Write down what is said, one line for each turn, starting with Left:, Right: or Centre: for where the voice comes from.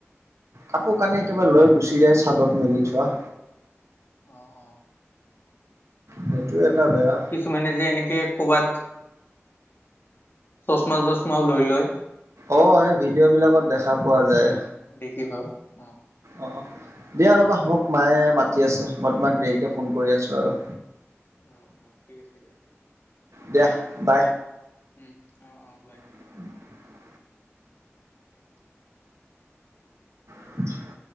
Right: কাপোৰ কানি একেবাৰে লৈ গুচি যায় চাদত মেলি থোৱা।
Left: অ অ।
Right: সেইটো এটা বেয়া
Left: আৰু কিছুমানে যে এনেকে ক'ৰবাত চছমা-টচমাও লৈ লয়।
Right: অঁ সেই ভিডিঅ'বিলাকত দেখা পোৱা যায়।
Left: দেখিবা, উম।
Right: অ', অ' দিয়া ৰ, মোক মায়ে মাতি আছে। মই তোমাক দেৰিকে ফোন কৰি আছো আৰু।
Left: অ', অ' ঠিক আছে দিয়া।
Right: দিয়া বাই।
Left: উম, অ', অ' বাই।
Right: <unintelligible> <unintelligible>